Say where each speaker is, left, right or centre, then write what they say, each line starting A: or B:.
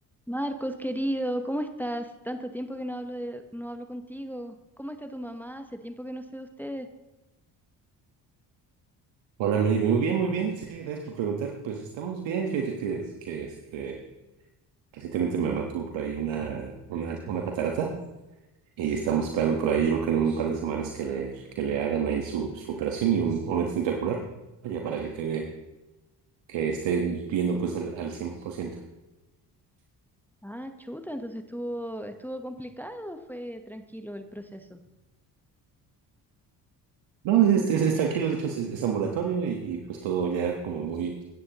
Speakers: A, in the centre; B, on the right.
A: Marcos, querido, ¿cómo estás? Tanto tiempo que no hablo de- no hablo contigo. ¿Cómo está tu mamá? Hace tiempo que no sé de ustedes.
B: Hola, Mary. Muy bien, muy bien. Sí, gracias por preguntar. Pues estamos bien. Fíjate que, que este, recientemente mi mamá tuvo por ahí una, una, una catarata y estamos esperando por ahí, yo creo que en un par de semanas que le, que le hagan ahí su, su operación y un momento espectacular ya para que quede, que esté viendo pues al, al 100%.
A: Ah, chuta, entonces estuvo, estuvo complicado, o fue tranquilo el proceso.
B: No, es, es, es tranquilo. De hecho, es, es ambulatorio y, y, pues todo ya como muy,